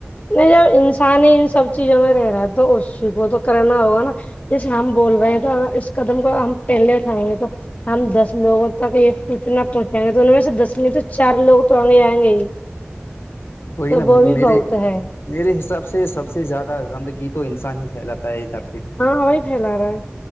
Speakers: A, on the left; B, on the left.
A: نہیں جب انسان ہی ان سب چیزوں میں رہ رہا ہے تو اسی کو تو کرنا ہوگا نا جیسے ہم بول رہے ہیں تو اس قدم کو ہم پہلے اٹھائیں گے تو ہم دس لوگوں تک یہ پوچنا پہنچائیں گے تو ان میں سے دس میں تو چار لوگ تو آئ گے آئیں گے ہی
B: وہی
A: تو
B: نا
A: وہ بھی
B: میرے
A: بہت ہے
B: میرے حساب سے سب سے زیادہ گندگی تو انسان ہی پھیلاتا ہے ادھر
A: ہاں وہی پھیلا رہا ہے